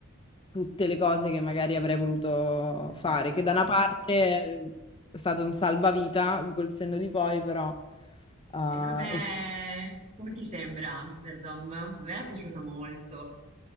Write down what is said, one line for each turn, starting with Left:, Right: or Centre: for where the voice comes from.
Left: tutte le cose che magari avrei voluto
Right: potrebbero
Left: fare, che da
Right: fare.
Left: una parte è stato un salvavita col senno di poi, però eh,
Right: E come
Left: il-
Right: come ti sembra Amsterdam? A me era piaciuta molto.